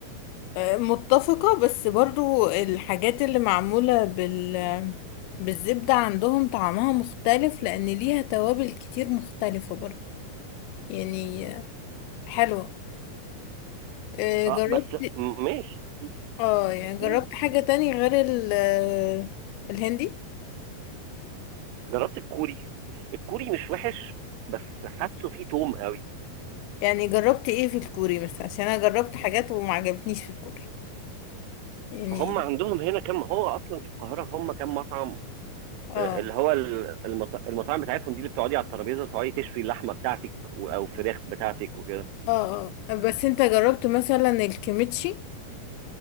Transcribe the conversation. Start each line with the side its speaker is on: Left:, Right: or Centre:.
Left: متفقة بس برضو الحاجات اللي معمولة بال بالزبدة عندهم طعمها مختلف لأن ليها توابل كتير مختلفة برضو يعني حلوة آه،
Right: اه
Left: جربت
Right: بس م- ماشي
Left: اه يعني جربت
Right: ماشي
Left: حاجة تانية غير ال آه، الهندي
Right: جربت الكوري الكوري مش وحش بس حاسه فيه توم قوي
Left: يعني جربت ايه في الكوري مثلا عشان انا جربت حاجات وما عجبتنيش في الكوري يعني
Right: فهم عندهم هنا كم هو اصلا في القاهره هم كم مطعم
Left: اه
Right: آه، اللي هو ال- المط- المطاعم بتاعتهم دي اللي بتقعدي على الترابيزه وتقعدي تشوي اللحمه بتاعتك و- او الفراخ بتاعتك وكده
Left: اه اه بس انت جربت مثلا الكيميتشي